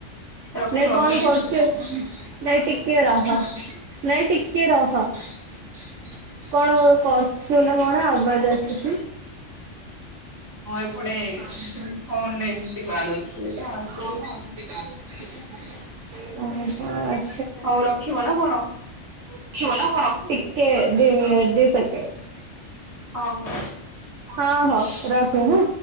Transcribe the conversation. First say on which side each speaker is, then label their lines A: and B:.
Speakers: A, on the right; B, on the right.
A: ରଖିବ
B: ନାଇଁ କଣ
A: କି?
B: କରୁଛୁ ନାଇ ଟିକେ ରହ ନାଇ ଟିକେ ରହ। କଣ କଣ କରୁଛୁ ନା କଣ ଆବାଜ ଆସୁଛି।
A: ହଁ ଏପଟେ
B: <inaudible>
A: ଫୋନ ରେ ଏମିତି ବାଡଉଥିଲି
B: ଓହ
A: ତ ଆସୁଥିଲା ଆଉ।
B: ଆ
A: ହଉ ରଖିବ ନା କଣ?
B: ରଖିବ ନ କଣ? ଟିକେ ଦି ମିନଟ୍ ଦି ସେକେଣ୍ଡେ।
A: ଓ ହୋ।
B: ହଁ ହଉ ରଖେ ହୁଁ।